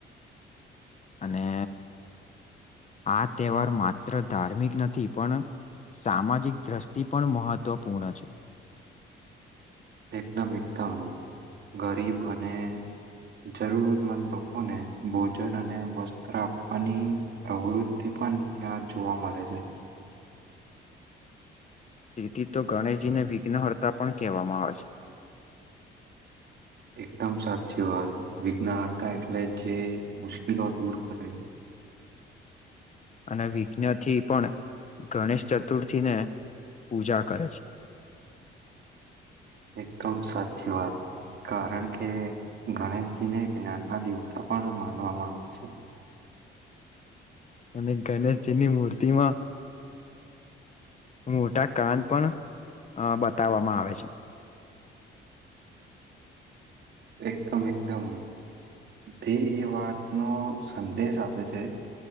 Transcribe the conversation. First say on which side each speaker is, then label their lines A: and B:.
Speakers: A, on the left; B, on the right.
A: અને આ તહેવાર માત્ર ધાર્મિક નથી પણ સામાજિક દ્રષ્ટિ પણ મહત્વપૂર્ણ છે.
B: એકદમ એકદમ ગરીબ અને જરૂરતમંદ લોકોને ભોજન અને વસ્ત્ર આપવાની પ્રવૃતિ પન ત્યાં જોવા મળે છે.
A: તેથી તો ગણેશજીને વિઘ્નહર્તા પણ કહેવામાં આવે છે.
B: એકદમ સાચી વાત વિઘ્નહર્તા એટલે જે મુશ્કેલો દૂર કરે
A: <inaudible> અને વિઘ્ન થી પણ ગણેશ ચતુર્થીને પૂજા કરે છે. <inaudible>
B: એકદમ સાચી વાત કારણ કે ગણેશજીને જ્ઞાનના દેવતા પણ માનવામાં આવે છે.
A: અને ગણેશજીની મૂર્તિમાં મોટા કાન પણ અ બતાવવામાં આવે છે.
B: એકદમ એકદમ ધી એ વાતનો સંદેશ આપે છે.